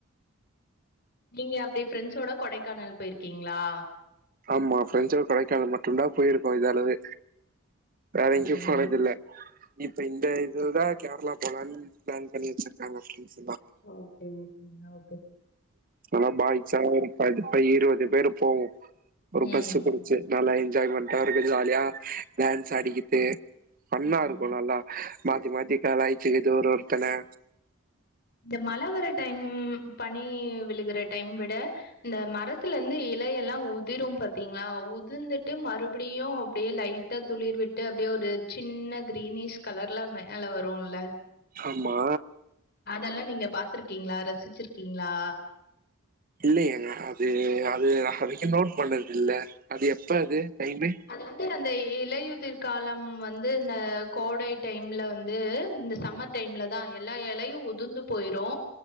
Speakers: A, on the left; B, on the right.
A: நீங்க அப்டி ஃப்ரெண்ஸோட கொடைக்கானல் போயிருக்கீங்ளா
B: ஆமா ஃப்ரெண்ஸோட கொடைகானல் மட்டுந்தா போயிருக்கோ இதாளவே வேற
A: ஓகேங்க
B: எங்கியும் போனதில்ல இப்ப இந்த இதுதா கேர்ளா போலான் ப்ளான் பண்ணி வச்சிருக்காங்க ஃப்ரெண்ஸ்
A: ஓகேங் ஓ
B: நல்லா பாய்ஸா ஒரு பதி ப இருவது பேரு போவோ ஒரு பஸ்ஸு
A: ம்
B: புடிச்சி நல்லா என்ஜாய்மெண்ட்டா இருக்கு ஜாலியா டான்ஸ் ஆடிக்கிட்டு ஃபண்ணா
A: ம்
B: இருக்கு நல்லா மாத்தி மாத்தி கலாய்ச்சிக்கிட்டு ஒரு ஒருத்தன
A: இந்த மழ வர டைம் பனி விழுகுற டைம் விட இந்த மரத்துலர்ந்து எ லையெல்லா உதிரு பாத்தீங்ளா உதுந்துட்டு மறுப்டியு அப்டியே லைட் டா துளிர் விட்டு அப்டியே ஒரு சின்ன க்ரீனீஷ் கலர்ல மேல வருல்ல
B: ஆமா
A: அதெல்லா நீங்க பாத்ருக்கீங்ளா ரசிச்சிருக்கீங்ளா
B: இல்லையேங்க அது அது அது வுக்கு நோட் பண்ணதில்ல அது எப்ப அது டைமு
A: அது வந்து அந்த இலையுதிர்காலம் வந்து இந்த கோடை டைம்ல வந்து இந்த சம்மர் டைம்லதா எல்லா எலையு உதுந்து போயிரு